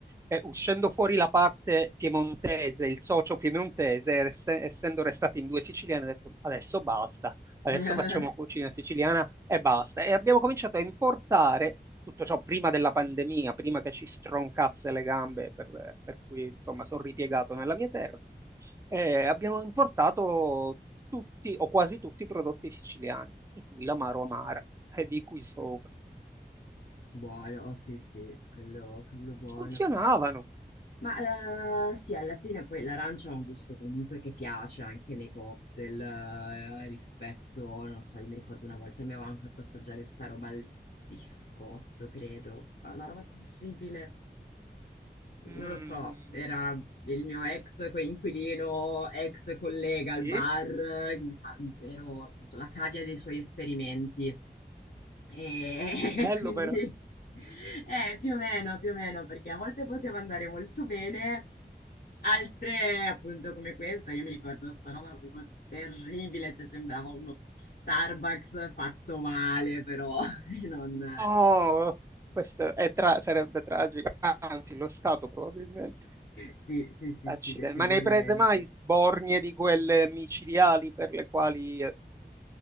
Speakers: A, on the right; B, on the left.
A: Eh, uscendo fuori la parte piemontese, il socio piemontese, rest- essendo restati in due siciliani, ha detto adesso basta, adesso
B: <laughs>
A: facciamo cucina siciliana e basta. E abbiamo cominciato a importare tutto ciò prima della pandemia, prima che ci stroncasse le gambe, per, per cui insomma sono ripiegato nella mia terra. Eh, abbiamo importato tutti o quasi tutti i prodotti siciliani, in cui l'amaro amara e di cui sopra.
B: Buono, sì, sì, quello, quello buono.
A: Funzionavano.
B: Ma eh, sì, alla fine poi l'arancia ha un gusto comunque che piace anche nei cocktail, eh, rispetto, non so, io mi ricordo una volta mi avevano fatto assaggiare sta roba al biscotto, credo, Ma una roba terribile,
A: Mm,
B: non lo so, era il mio ex coinquilino, ex collega al
A: sì,
B: bar, eh, che mi fa, ero appunto la cavia dei suoi esperimenti. E <laughs>
A: bello
B: quindi
A: però.
B: eh, più o meno, più o meno, perché a volte poteva andare molto bene, altre appunto come questa, io mi ricordo sta roba proprio terribile, cioè sembrava uno Starbucks fatto male, però <laughs> non...
A: Oh, questo è tra- sarebbe tragico, anzi lo Stato probabilmente.
B: Sì, sì, sì,
A: Accidenti.
B: sì, decisamente.
A: Ma ne hai prese mai sbornie di quelle micidiali per le quali... eh,